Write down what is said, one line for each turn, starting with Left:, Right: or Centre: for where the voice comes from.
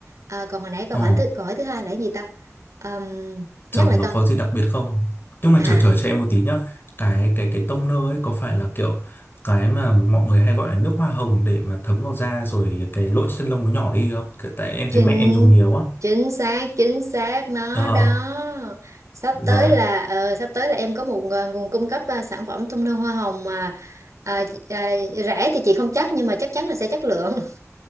Right: À, còn hồi nãy câu
Left: Ồ.
Right: hỏi thứ câu hỏi thứ hai là cái gì ta? Ờm,
Left: Chồng
Right: nhắc lại
Left: nó
Right: câu.
Left: có gì đặc biệt không? Nhưng mà
Right: À
Left: chờ chờ cho em một tí nhá. Cái cái cái toner ấy có phải là kiểu cái mà mọi người hay gọi là nước hoa hồng để mà thấm vào da rồi cái lỗ chân lông nó nhỏ đi không? Kiểu Tại em thấy
Right: chính
Left: mẹ em dùng nhiều á.
Right: chính xác chính xác nó
Left: Ờ,
Right: đó sắp
Left: dạ.
Right: tới là ờ, sắp tới là em có một ờ, nguồn cung cấp ờ, sản phẩm toner hoa hồng mà à, à, rẻ thì chị không chắc nhưng mà chắc chắn là sẽ chất lượng